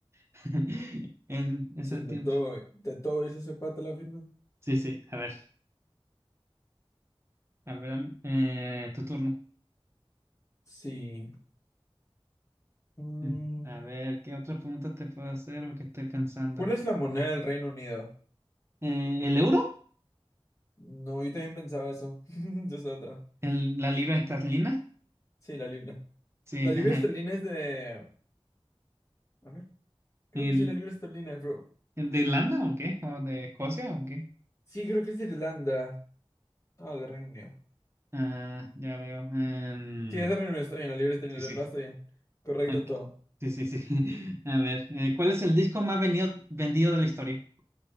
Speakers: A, on the right; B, on the left.
A: <laughs> en ese
B: Sí,
A: tiempo.
B: de todo, de todo hizo ese pata la firma.
A: Sí, sí, a ver, a ver, am- eh, tu turno.
B: Sí. Mm,
A: Mm. A ver, ¿qué otra pregunta te puedo hacer? o qué estoy pensando.
B: ¿Cuál es la moneda del Reino Unido?
A: Eh, ¿el euro?
B: No, yo también pensaba eso. <laughs> Yo estaba otra.
A: ¿El- la libra esterlina?
B: Sí, la libra.
A: Sí.
B: La libra
A: <laughs>
B: esterlina es de... A ver, creo
A: ¿El,
B: que sí, la libra esterlina, bro.
A: el de Irlanda o qué? ¿O de Escocia o qué?
B: Sí, creo que es de Irlanda. Ah, de Reino Unido.
A: Ah, ya veo. Em,
B: Sí, esa reunión está bien, la libre está bien,
A: sí, sí.
B: la paz está bien. Correcto
A: Ok.
B: todo.
A: Sí, sí, sí. <laughs> A ver, eh, ¿cuál es el disco más venido- vendido de la historia?